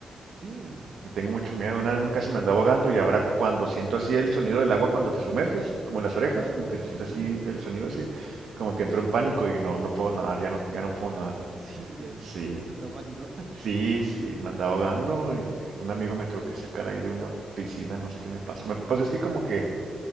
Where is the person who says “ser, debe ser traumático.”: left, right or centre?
Right